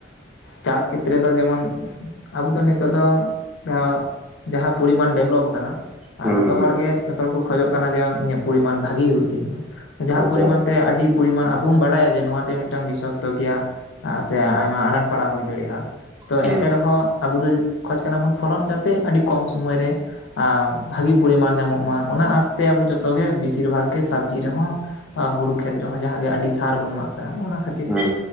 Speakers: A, on the left (about 75°); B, in the centre.
A: ᱪᱟᱥ ᱠᱷᱮᱛᱨᱮ ᱫᱚ ᱡᱮᱢᱚᱱ ᱟᱵᱚ ᱫᱚ ᱱᱤᱛᱚᱜ ᱫᱚ ᱡᱟᱦᱟᱸ ᱡᱟᱦᱟᱸ ᱯᱚᱨᱤᱢᱟᱱ ᱰᱮᱵᱷᱞᱚᱯ ᱟᱠᱟᱱᱟ, ᱟᱨ
B: ᱦᱩᱸ
A: ᱡᱚᱛᱚ
B: ᱦᱩᱸ
A: ᱦᱚᱲᱜᱮ ᱡᱚᱛᱚ ᱦᱚᱲ ᱠᱷᱚᱡᱚᱜ ᱠᱟᱱᱟ ᱡᱮ ᱤᱧᱟᱹᱜ ᱯᱚᱨᱤᱢᱟᱱ ᱵᱷᱟᱜᱤ ᱦᱩᱭᱩᱜ ᱛᱤᱧ ᱢᱟ ᱡᱟᱦᱟᱸ
B: ᱟᱪᱪᱷᱟ
A: ᱯᱚᱨᱤᱢᱟᱱ, ᱛᱮ ᱟᱹᱰᱤ ᱯᱚᱨᱤᱢᱟᱱ ᱟᱵᱚᱱ ᱵᱟᱲᱟᱭᱟ ᱡᱮ ᱱᱚᱣᱟᱛᱮ ᱢᱤᱫᱴᱟᱝ ᱵᱤᱥᱚᱠᱛᱚ ᱜᱮᱭᱟ, ᱥᱮ ᱟᱭᱢᱟ ᱟᱱᱟᱴ ᱯᱟᱲᱟᱣ ᱦᱩᱭ ᱫᱟᱲᱮᱭᱟᱜᱼᱟ ᱛᱚ ᱮᱱᱛᱮ
B: ᱦᱮᱸ
A: ᱨᱮᱦᱚᱸ ᱟᱵᱚ ᱫᱚ ᱠᱷᱚᱡ ᱠᱟᱱᱟ ᱵᱚᱱ ᱯᱷᱚᱞᱚᱱ ᱡᱟᱛᱮ ᱟᱹᱰᱤ ᱠᱚᱢ ᱥᱩᱚᱢᱚᱭ ᱨᱮ ᱟ ᱵᱷᱟᱹᱜᱮ ᱯᱚᱨᱤᱢᱟᱱ ᱧᱟᱢᱚᱜ ᱢᱟ ᱚᱱᱟ ᱟᱥᱛᱮ ᱟᱵᱚ ᱡᱚᱛᱚᱜᱮ ᱵᱮᱥᱤᱨ ᱵᱷᱟᱜᱽ ᱜᱮ ᱥᱚᱵᱽᱡᱤ ᱨᱮᱦᱚᱸ ᱟᱸ ᱦᱩᱲᱩ ᱠᱷᱮᱛ ᱨᱮᱦᱚᱸ ᱡᱟᱦᱟᱸᱜᱮ ᱟᱹᱰᱤ ᱥᱟᱨ ᱵᱚᱱ ᱮᱢᱟᱜ ᱠᱟᱱᱟ, ᱚᱱᱟ ᱠᱷᱟᱹ
B: ᱦᱮᱸ